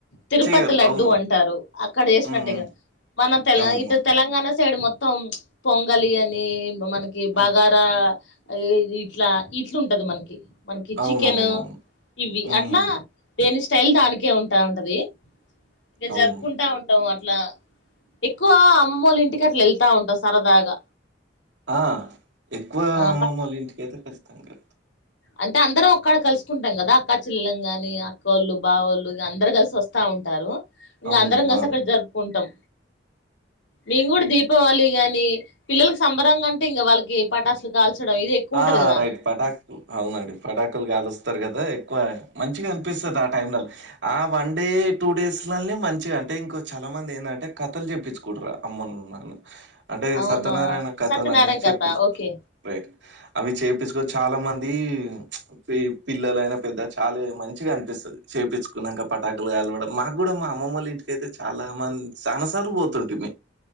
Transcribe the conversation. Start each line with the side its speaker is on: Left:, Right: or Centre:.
Left: తిరుపతి
Right: చెయ్యరు.
Left: లడ్డుూ
Right: అవును.
Left: అంటారు అక్కడ చేసినట్టుగా
Right: హ్మ్. హ్మ్.
Left: మన తెల
Right: అవును.
Left: ఇటు తెలంగాణ సైడ్ మొత్తం పొంగలి అని మనకి బగారా
Right: ఆ!
Left: ఈ ఇట్లా ఇట్లు ఉంటది మనకి మనకి
Right: అవునవునవును.
Left: చికెన్ ఇవి
Right: హ్మ్.
Left: అట్లా దేని స్టైల్ దానికే ఉంటా ఉంటది ఇంక
Right: అవును.
Left: జరుపుకుంటా ఉంటాం అ అట్లా ఎక్కువ అమ్మమూళ ఇంటికి అట్లా వెళ్తా ఉంటా సరదాగా
Right: ఆ ఎక్కువ
Left: ఆ
Right: అమ్ మామలు ఇంటికైతే ఖచ్చితంగా
Left: అంతా అందరం ఒక్కడ కలుసుకుంటాం కదా అక్కాచెల్లెళ్ళాం కానీ అక్కొళ్ళు బావోళ్ళు అందరు కలిసి వస్తా ఉంట ఉంటారు ఇంకా
Right: అవును.
Left: అందరం కలిసి
Right: ఆ!
Left: అక్కడ జరుపుకుంటాం మేము కూడా దీపావళి గాని పిల్లలకి సంబరంగా అంటే ఇంకా వాళ్ళకి పటాసులు కాల్చడం ఇది ఎక్కువ ఉంటది
Right: ఆ
Left: కదా
Right: రైట్ పటాకులు అవునండి పటాకులు కలుస్తారు కదా ఎ ఎక్కువ మంచిగా అనిపిస్తాది ఆ టైమ్ లలో ఆ వన్ డే టూ డేస్ లలే మంచిగా అంటే ఇంకో చాలా చానమంది ఏందంటే కథలు చెప్పించుకుంట్రు అమ్మను నాన్నాను అంటే
Left: అవునా
Right: సత్యనారాయణ కథలు
Left: సత్యనారాయణ
Right: అనేవి చెప్పిస్
Left: కథ ఓకే
Right: రైట్ అవి చేపించుకొని చాలా మంది పె పిల్లలయినా పెద్ద చాలా మంచిగా అనిపిస్తు చేయించుకున్నాక పటాకులు కాలవడం మాకు కూడా మా అమ్మమ్మళ్ళ ఇంటికైతే చాలా మంది చాలా సార్లు పోతు తుటుంమి